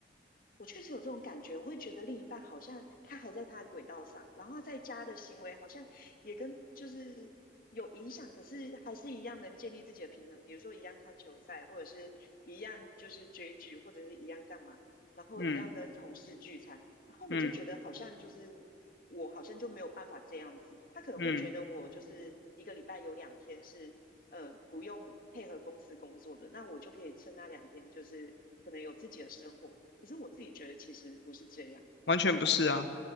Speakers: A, on the left (about 50°); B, on the left (about 80°).
A: 我确实有这种感觉，我会觉得另一半好像他还在他的轨道上，然后他在家的行为好像也跟就是有影响，可是还是一样能建立自己的平衡，比如说一样看球赛，或者是一样就是追剧，或者是一样干嘛，然后一样跟同事聚餐，
B: 嗯
A: 然后我就觉得好像就是我好像就没有办法这样子，
B: 嗯
A: 他可能会觉得我就是一个礼拜有两天是呃不用配合公司工作的，
B: 嗯，
A: 那我就可以趁那两天，就是可能有自己的生活。可是我自己觉得其实不是这样，
B: 完全不是啊。